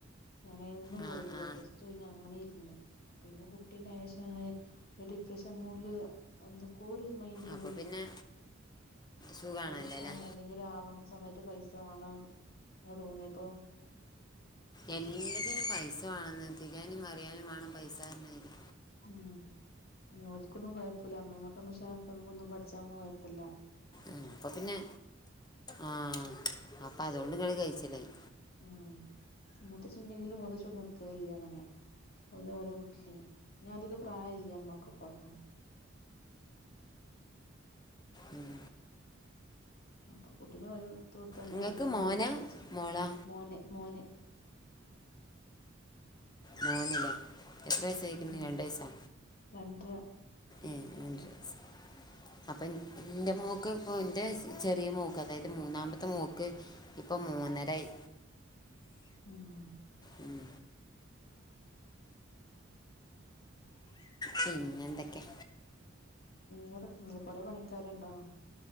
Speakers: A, on the left; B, on the left.
A: ഞാനയിനൊന്നും
B: ആ
A: പോയിട്ടില്ല.
B: ആ
A: പ്ലസ്ടു കഴിഞ്ഞങ്ങനെ ഇരുന്ന്. പിന്നെ കുട്ടിണ്ടായേഷാണ് ഒര് ഡിപ്രഷൻ മൂഡില് എന്തൊക്കൊ ഒരു മൈൻഡ്
B: അപ്പോൾ
A: പോയി.
B: പിന്നെ സുഖമാണല്ലോ
A: പഠിക്കണം,
B: അല്ലേ
A: എന്തെങ്കിലും ആവണം, സ്വന്തായിട്ട് പൈസ വാണം. അങ്ങ തോന്നിയേപ്പം
B: എല്ലത്തിനും പൈസ വാണം. തിരിയാനും മറിയാനും വാണം പൈസാർഞ്ഞമാതിരി
A: ഉം. പിന്നെ ഓൽക്കൊന്നും കുഴപ്പൂല്ല. അമ്മയ്മാക്ക് അമ്മോഷൻ കാക്കാക്കൊന്നും പഠിച്ചാൻ പോണ കൊയ്പ്പല്ല.
B: ആഹ് അപ്പൊ പിന്നെ, ആഹ് അപ്പ അതോണ്ട് ഇങ്ങൾ കയ്ച്ചിലായി.
A: ഉം. മൂത്തച്ചിണ്ടെങ്കിലും മൂത്തച്ചിവിടെ നിക്കലില്ലങ്ങനെ. ഓലോലെ വീട്ടില്. പിന്നധികം പ്രായല്ല്യ ഉമ്മാക്കുംപ്പാക്കും.
B: ഉം.
A: അപ്പൊ കുട്ടിനെ ഓലട്ത്ത് കൊടുത്താണ്ട്
B: നിങ്ങൾക്ക്
A: നമ്മള്
B: മോനാ
A: പോവും പഠിച്ച്.
B: മോളാ
A: മോന് മോന്.
B: മോന്ലെ. എത്ര വയസായിക്ക്ന്ന്
A: ഉം
B: രണ്ട് വയസ്സോ?
A: രണ്ടര.
B: ഏഹ്. രണ്ടര വയസ് അപ്പം ഇൻ്റെ മോക്ക്, ഇപ്പോ ൻ്റെ ചെറിയ മോക്ക്, അതായത് മൂന്നാമത്തെ മോക്ക്. ഇപ്പം മൂന്നരായി.
A: ഉം.
B: ഉം. പിന്നെന്തൊക്കെ?
A: വേറെ ക്ന്നില്ല. കൊറെ പണിക്കാര്ണ്ടോ?